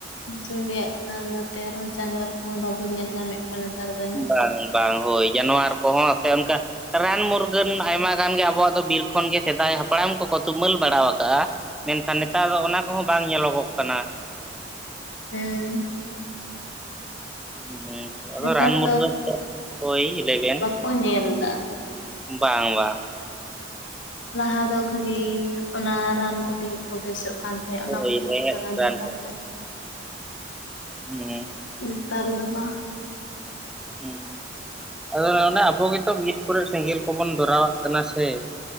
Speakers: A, on the left; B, in the centre.
A: ᱡᱩᱸᱰᱤᱭᱟᱜ ᱠᱟᱱᱟ ᱚᱱᱟᱛᱮ ᱟᱨᱚᱸ ᱡᱟᱱᱣᱟᱨ ᱠᱚᱦᱚᱸ ᱵᱟᱵᱚᱱ ᱧᱮᱞ ᱧᱟᱢᱮᱫ ᱠᱚᱣᱟ ᱠᱟᱱᱟ ᱱᱮᱛᱟᱨ ᱫᱚ ᱱᱟᱜ,
B: ᱵᱟᱝ ᱵᱟᱝ ᱦᱳᱭ ᱡᱟᱱᱣᱟᱨ ᱠᱚᱦᱚᱸ ᱥᱮ ᱚᱱᱠᱟ ᱨᱟᱱ ᱢᱩᱨᱜᱟᱹᱱ ᱟᱭᱢᱟ ᱜᱟᱱ ᱜᱮ ᱟᱵᱚᱣᱟᱜ ᱫᱚ ᱵᱤᱨ ᱠᱷᱚᱱ ᱜᱮ ᱥᱮᱫᱟᱭ ᱦᱟᱯᱲᱟᱢ ᱠᱚᱠᱚ ᱛᱩᱢᱟᱹᱞ ᱵᱟᱲᱟᱣ ᱠᱟᱜᱼᱟ ᱢᱮᱱᱠᱷᱟᱱ ᱱᱮᱛᱟᱨ ᱫᱚ ᱚᱱᱟ ᱠᱚᱦᱚᱸ ᱵᱟᱝ ᱧᱮᱞᱚᱜᱚᱜ ᱠᱟᱱᱟ
A: ᱦᱩᱸ
B: ᱦᱩᱸ ᱟᱫᱚ
A: ᱱᱮᱛᱟᱨ
B: ᱨᱟᱱ ᱢᱩᱨᱜᱟᱹᱱ ᱫᱚ ᱦᱳᱭ ᱞᱟᱹᱭ ᱵᱤᱱ
A: ᱠᱚ ᱧᱮᱞᱫᱟ
B: ᱵᱟᱝ ᱵᱟᱝ
A: ᱞᱟᱦᱟ ᱫᱚ ᱠᱷᱟᱹᱞᱤ ᱚᱱᱟ ᱨᱟᱱ ᱠᱚᱛᱮ ᱜᱮ ᱠᱚ ᱵᱮᱥᱚᱜ ᱠᱟᱱ ᱛᱟᱦᱮᱸᱜ
B: ᱦᱳᱭ
A: ᱚᱱᱟ ᱠᱚᱛᱮᱜᱮ
B: ᱨᱮᱦᱮᱫ
A: ᱠᱚ ᱨᱟᱱᱚᱜ
B: ᱨᱟᱱ
A: ᱠᱟᱱ
B: ᱠᱚᱜᱮ
A: ᱛᱟᱦᱮᱸᱫ
B: ᱦᱩᱸ
A: ᱱᱮᱛᱟᱨ ᱫᱚ ᱵᱟᱝ
B: ᱦᱩᱸ ᱛᱚ ᱟᱫᱚ ᱚᱱᱟ ᱚᱱᱟ ᱟᱵᱚ ᱜᱮᱛᱚ ᱵᱤᱨ ᱠᱚᱨᱮ ᱥᱮᱸᱜᱮᱞ ᱠᱚᱵᱚᱱ ᱫᱷᱚᱨᱟᱣᱟᱜ ᱠᱟᱱᱟ ᱥᱮ